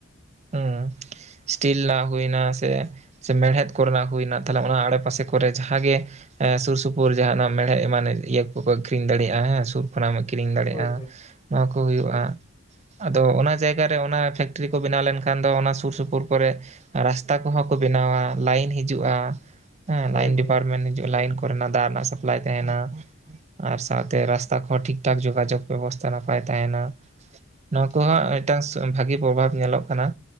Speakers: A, on the right; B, on the left.
A: ᱦᱩᱸ ᱥᱴᱤᱞ ᱱᱟᱜ ᱦᱩᱭᱱᱟ ᱥᱮ ᱢᱮᱲᱦᱮᱫ ᱠᱚᱨᱮᱱᱟᱜ ᱦᱩᱭᱱᱟ ᱛᱟᱦᱚᱞᱮ ᱚᱱᱟ ᱟᱲᱮᱯᱟᱥᱮ ᱠᱚᱨᱮ ᱡᱟᱦᱟᱸᱜᱮ ᱦᱮᱸ ᱥᱩᱨ ᱥᱩᱯᱩᱨ ᱡᱟᱦᱟᱸᱱᱟᱜ ᱢᱮᱲᱦ ᱮᱢᱟᱱ ᱤᱭᱟᱹ ᱠᱚᱠᱚ ᱟᱹᱠᱷᱨᱤᱧ ᱫᱟᱲᱮᱭᱟᱜᱼᱟ ᱦᱮᱸ ᱥᱩᱨ ᱮᱢ ᱠᱤᱨᱤᱧ ᱫᱟᱲᱮᱭᱟᱜᱼᱟ
B: ᱦᱳᱭ ᱦᱳᱭ
A: ᱱᱚᱣᱟ ᱠᱚ ᱦᱩᱭᱩᱜᱼᱟ, ᱟᱫᱚ
B: ᱦᱳᱭ
A: ᱚᱱᱟ ᱡᱟᱭ ᱠᱟᱛᱮ ᱚᱱᱟ ᱯᱷᱮᱠᱴᱨᱤ ᱠᱚ ᱵᱮᱱᱟᱣ ᱞᱮᱱ ᱠᱷᱟᱱ ᱫᱚ ᱚᱱᱟ ᱥᱩᱨ ᱥᱩᱯᱩᱨ ᱠᱚᱨᱮ ᱨᱟᱥᱛᱟ ᱠᱚᱦᱚᱸ ᱠᱚ ᱵᱮᱱᱟᱣᱼᱟ ᱞᱟᱭᱤᱱ ᱦᱤᱡᱩᱜᱼᱟ᱾ ᱦᱮᱸ
B: ᱦᱳᱭ
A: ᱞᱟᱭᱤᱱ
B: ᱦᱳᱭ
A: ᱰᱤᱯᱟᱨᱴᱢᱮᱱᱴ
B: ᱦᱳᱭ
A: ᱞᱟᱭᱤᱱ ᱠᱚᱨᱮ ᱫᱟᱨ ᱨᱮᱱᱟᱜ ᱥᱟᱯᱞᱟᱭ ᱛᱟᱦᱮᱸᱱᱟ᱾ ᱟᱨ ᱥᱟᱶᱛᱮ ᱨᱟᱥᱛᱟ ᱠᱚᱚᱸ ᱴᱷᱤᱠ ᱴᱷᱟᱠ ᱡᱳᱜᱟᱡᱳᱜᱽ ᱵᱮᱵᱚᱥᱛᱷᱟ ᱱᱟᱯᱟᱭ ᱛᱟᱦᱮᱱᱟ᱾ ᱱᱚᱣᱟ ᱠᱚᱦᱚᱸ
B: ᱦᱳᱭ ᱦᱳᱭ
A: ᱢᱤᱫᱴᱟᱝ ᱵᱷᱟᱜᱤ ᱯᱨᱚᱵᱷᱟᱵᱽ ᱧᱮᱞᱚᱜ ᱠᱟᱱᱟ